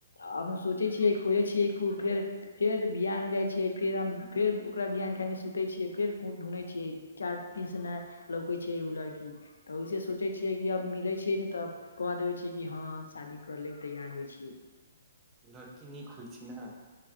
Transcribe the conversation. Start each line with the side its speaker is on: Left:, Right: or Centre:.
Left: आब हम सोचै छियै, खोजै छियै, खूब फेर फेर बियाह में जाय छियै, फेर हम फेर ओकरा बिहान खनि सुतै छियै, फेर ढूँढै छियै। चार दिन से न लौकै छै उ लड़की तऽ ओयसे सोचै छियै कि अब मिलै छीयै नै तब कह देबै छीयै कि हां हम शादी करा लैल तैयार होय छियै।
Right: लड़की नीक होय छै न?